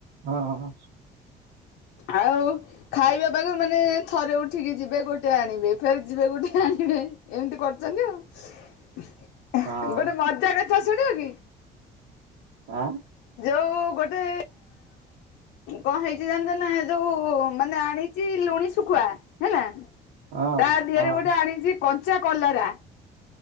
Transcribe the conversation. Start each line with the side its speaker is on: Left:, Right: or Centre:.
Right: ହଁ-ହଁ-ହଁ।
Left: ଆଉ ଖାଇବା ପାଖେ ମାନେ ଥରେ ଉଠିକି ଯିବେ ଗୋଟେ ଆଣିବେ ଫେର ଯିବେ ଗୋଟେ ଆଣିବେ ଏମିତି କ ଛନ୍ତି ଆଉ
Right: ହଁ ଆଁ
Left: ଗୋଟେ ମଜା କଥା ଶୁଣିବ କି?
Right: ଆଁ
Left: ଯୋଉ ଗୋଟେ କଣ ହେଇଛି ଜା ଯୋଉ ମାନେ ଆଣିଛି ଲୁଣି ଶୁଖୁଆ ହେଲା।
Right: ହଁ
Left: ତା ଦିହରେ
Right: ହଁ
Left: ଗୋଟେ ଆଣିଛି କଞ୍ଚା କଲରା।